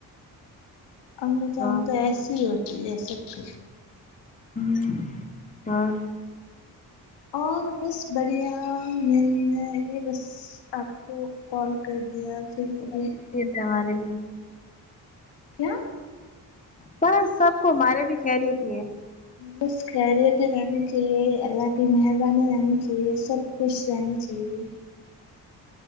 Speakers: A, on the left; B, on the left.
A: امی جان
B: اور
A: تو ایسی ہوتی ہے سب کی
B: ہوں اور
A: اور بس بڑھیا مل رہے بس آپ کو کال کر دیا پھر بھی
B: تمارے بھی
A: کیا
B: بس سب کو ہمارے بھی خیریت ہی ہے
A: بس خیریت ہی رہنی چاہیے اللہ کی مہربانی رہنی چا ہیے سب خوش رہنا چاہیے